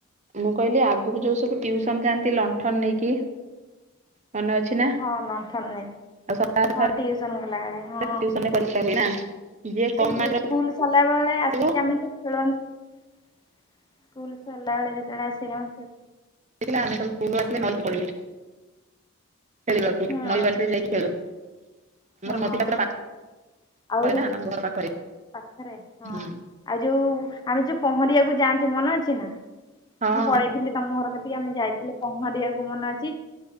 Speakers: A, on the right; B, on the left.
A: ମୁଁ କହିଲି ଆଗରୁ ଯୋଉ ସବୁ ଟିଉସନ ଯାଆନ୍ତି ଲଣ୍ଠନ ନେଇକି। ମନେ ଅଛି ନା
B: ହଁ ଲଣ୍ଠନ ନେଇକି
A: ଆଉ ସକାଳେ
B: ହଁ
A: ଥରେ
B: ଟିଉସନ ଗଲାବେଳେ ହଁ
A: ଟିଉସନ ରେ <unintelligible> କମ୍
B: ଏଇ
A: ମାର୍କ
B: ସ୍କୁଲ ସଲା ବେଳେ
A: ରଖିଥିବ
B: ଆସିକି ଆମେ ଯୋଉ ଖେଳନ୍ତି। ସ୍କୁଲ ସରିଲା ବେଳେ ଯେତେବେଳେ ଆସିକି ଆମେ
A: ଦେ ଆମେ ସବୁ ସ୍କୁଲ ଆସିଲେ ନଇ କୁ ପଳେଇବୁ ଖେଳିବାକୁ
B: ହୁଁ
A: ନଇ ବାଲିରେ ଯାଇକି ଖେଳୁ। ଆମର
B: ହଁ
A: ନଦୀ ଟା ପୁରା ପାଖରେ
B: ଆହୁରି
A: ନା ଆମ ଘର ପାଖରେ
B: ପାଖରେ ହଁ
A: ହୁଁ।
B: ଆଉ ଯୋଉ ଆମେ ଯୋଉ ପହଁରିବାକୁ ଯାଆନ୍ତି ମନେ ଅଛି ନା
A: ହଁ
B: ମୁଁ ପଳେଇଥିଲି ତମ ଘର କତିକି ଆମେ ଯାଇଥିଲେ ପହଁରିବାକୁ ମନେ ଅଛି।